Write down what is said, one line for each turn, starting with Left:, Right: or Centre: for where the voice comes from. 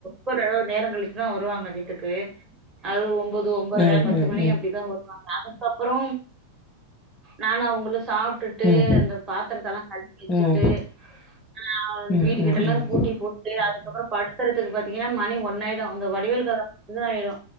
Right: <unintelligible> நேரங்கழிச்சி தா வருவாங்க வீட்டுக்கு அது ஒம்போது ஒம்பதர
Left: ம்
Right: பத்து
Left: ம்
Right: மணி
Left: ம்.
Right: அப்டிதா வருவாங்க அதுக்கப்புறோ நானு அவுங்களு சாப்ட்டுட்டு
Left: ம்.
Right: இந்த பாத்திரத் தெல்லா கழுவி வச்சுட்டு
Left: ம்.
Right: ஆ
Left: ம்
Right: வீட்
Left: ம்
Right: எல்லா
Left: ம்.
Right: கூட்டி போட்டு அதுக்கப்புறோ படுக்கறதுக்கு பாத்தி திங்ன்னா மணி ஒன்னாயிடு அந்த வடிவேல் கத இதாயிரு